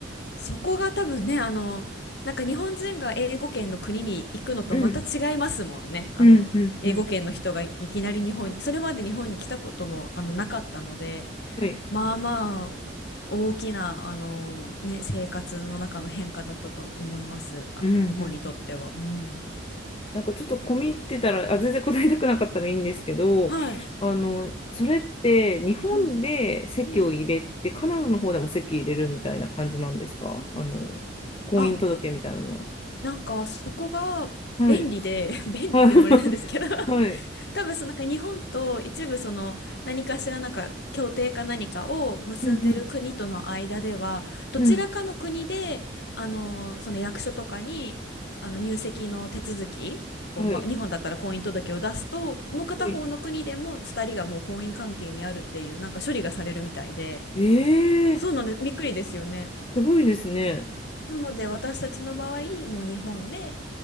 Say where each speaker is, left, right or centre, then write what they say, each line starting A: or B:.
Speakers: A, on the left; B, on the left.
A: そこが多分ね、あの、なんか日本人が英語圏の国に行くのとまた違いますもんね。
B: うん、
A: あの、
B: うん、うん、
A: 英語圏の人がいきなり日本に、
B: うん。
A: それまで日本に来たこともあのなかったので、
B: はい。
A: まあまあ、大きな、あの、ね、生活の中の変化だったと思います。あ、
B: うん、うん。うん
A: 向こうにとっては。うん。
B: なんかちょっと込み入ってたら、あ、全然答えたくなかったらいいんですけど、
A: はい。
B: あの、それって日本で籍を入れて、
A: うん。うん。
B: カナダの方でも籍入れるみたいな感じなんですかあの、婚姻届みたいなの
A: あ、なんかそこが便利で、
B: は。はい。
A: <laughs> 便利っていうのもあれなんですけど
B: はい。<laughs> はい。
A: 多分そのなんか日本と一部その何かしらなんか協定か何かを結んでる国との間ではどちらかの国であのその役所とかにあの入籍の手続きを、
B: うん、うん、うん、うん。
A: まあ、
B: はい。
A: 日本だったら婚姻届を出すともう片方の国でも2人がもう婚姻関係にあるっていうなんか処理がされるみたいで
B: はい。ええー、
A: そうなんでびっくりですよね。
B: すごいですね。
A: なので私たちの場合もう日本で、